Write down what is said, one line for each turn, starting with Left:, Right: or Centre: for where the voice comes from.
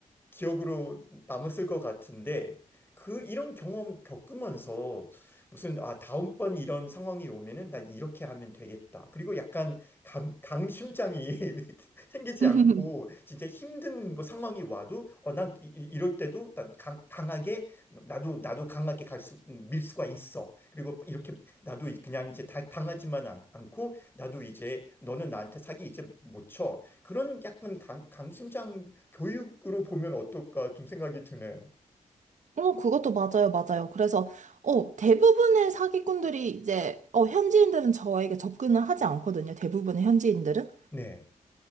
Left: 기억으로 남았을 것 같은데 그 이런 경험 겪으면서 무슨 아 다음번 이런 상황이 오면은 난 이렇게 하면 되겠다. 그리고 약간 감, 강심장이 <laughs> 생기지
Right: <laughs>
Left: 않고 진짜 힘든 뭐 상황이 와도 어 난 이럴 때도 난 강, 강하게 나도 나도 강하게 갈수 음, 밀 수가 있어. 그리고 이렇게 나도 그냥 이제 다, 당하지만 않- 않고 나도 이제 너는 나한테 사기 이제 못 쳐. 그런 약간 강, 강심장 교육으로 보면 어떨까 좀 생각이 드네요.
Right: 어, 그것도 맞아요, 맞아요. 그래서, 어, 대부분의 사기꾼들이 이제, 어, 현지인들은 저에게 접근을 하지 않거든요. 대부분의 현지인들은.
Left: 네.